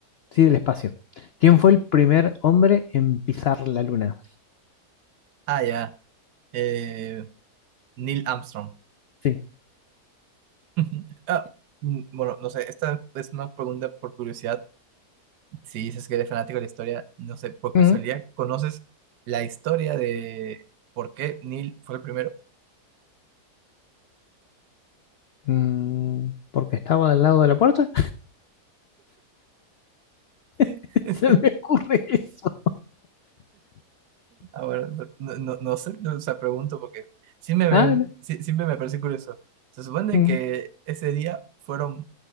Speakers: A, on the left; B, on the right.
A: Sí, del espacio. ¿Quién fue el primer hombre en pisar la luna?
B: Ah, ya. Eh, Neil Armstrong.
A: Sí.
B: <laughs> Ah, mm, bueno, no sé, esta es una pregunta por curiosidad. Si dices que eres fanático de la historia, no sé, por casualidad,
A: Ujú.
B: ¿conoces la historia de por qué Neil fue el primero?
A: Mm, porque estaba del lado de la puerta. <laughs>
B: <laughs>
A: Se me ocurre eso.
B: Ah, bueno, no, no, no sé, no, o sea, pregunto porque sí me, me-
A: Ah, no.
B: sí- siempre me parece curioso. Se supone
A: Mm,
B: que ese día fueron